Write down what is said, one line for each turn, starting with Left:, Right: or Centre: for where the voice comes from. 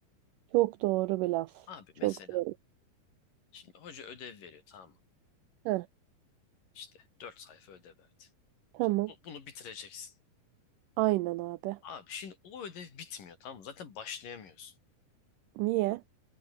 Right: Çok doğru bir laf.
Left: Abi mesela
Right: Çok doğru.
Left: şimdi hoca ödev veriyor tamam mı?
Right: Heh,
Left: İşte 4 sayfa ödev verdi.
Right: tamam.
Left: Şimdi bu- bunu bitireceksin.
Right: Aynen abi.
Left: Abi şimdi o ödev bitmiyor tamam mı? Zaten başlayamıyorsun.
Right: Niye?